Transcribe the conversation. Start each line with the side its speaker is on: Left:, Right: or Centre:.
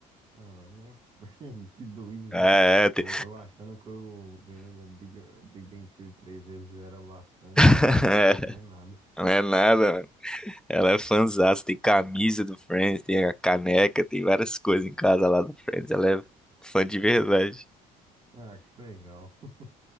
Right: Caramba, <laughs> que doido, velho.
Centre: É, é, tem-
Right: Eu, eu achando que eu vendo o Big, Big Bang Theory três vezes já era bastante,
Centre: <laughs>
Right: já pelo jeito não é nada.
Centre: não é nada, mano. Ela é fãzaça, tem camisa do Friends, tem a caneca, tem várias coisas em casa lá do Friends. Ela é fã de verdade.
Right: Ah, que legal. <laughs>